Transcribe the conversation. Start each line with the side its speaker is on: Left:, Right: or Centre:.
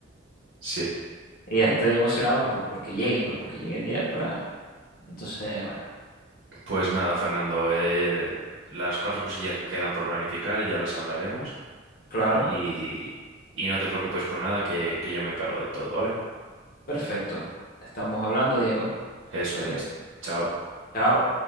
Right: sí.
Left: Y ya estoy emocionado por, porque llegue, pues porque llegue el día para... Entonces, bueno,
Right: Pues nada, Fernando, eh, las cuatro cosillas que quedan por planificar ya las hablaremos
Left: claro,
Right: y, y no te preocupes por nada que, que yo me encargo de todo, ¿vale?
Left: perfecto. Estamos hablando, Diego.
Right: Eso
Left: Eh,
Right: es. Chao.
Left: chao.